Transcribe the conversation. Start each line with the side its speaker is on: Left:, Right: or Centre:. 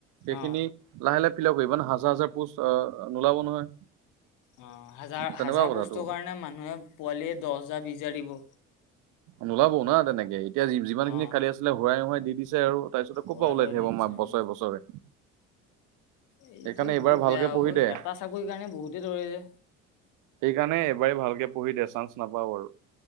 Right: সেইখিনি
Left: অ
Right: লাহে লাহে ফিল কৰিব ন হাজাৰ হাজাৰ পষ্ট নোলাব নহয়।
Left: অ হাজাৰ
Right: তেনেকুৱা
Left: হাজাৰ
Right: কথাটো।
Left: পষ্টৰ কাৰণে মানুহে পোৱালিয়ে দহ হাজাৰ বিছ হাজাৰ দিব।
Right: নোলাব না তেনেকে এতিয়া যিমান খিনি
Left: অ
Right: খালি আছিলে হোৰাই নোহোৰাই দি দিছে আৰু তাৰপিছতে ক'ৰ
Left: উৰা
Right: পৰা ওলাই
Left: সুৰা
Right: থাকিব
Left: দি দিছে
Right: মা
Left: উম।
Right: বছৰে বছৰে
Left: এইটো
Right: সেইকাৰণে এইবাৰ
Left: বহুত
Right: ভালকে
Left: বেয়া আৰু
Right: পঢ়ি দে
Left: এটা চাকৰি কাৰণে বহুতে ধৰিলে
Right: সেইকাৰণে এবাৰেই ভালকে পঢ়ি দে চান্স নাপাওঁ আৰু